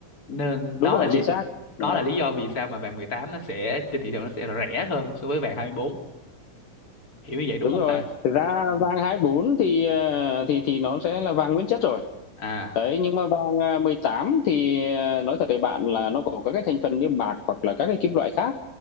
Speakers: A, on the left; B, on the left.
A: nên
B: đúng
A: đó
B: rồi
A: là lý
B: chính xác
A: đó
B: Dạ,
A: là lý do vì sao mà vàng 18 nó sẽ trên thị trường nó sẽ rẻ hơn so với vàng hai mươi bốn hiểu như vậy đúng
B: đúng
A: không
B: rồi
A: ta
B: thực ra
A: Ừ.
B: vàng 24 thì ờ, thì thì nó sẽ là vàng nguyên chất rồi
A: à
B: đấy nhưng mà vàng à, 18 thì ờ, nói thật với bạn là nó có các cái thành phần như bạc hoặc là các cái kim loại khác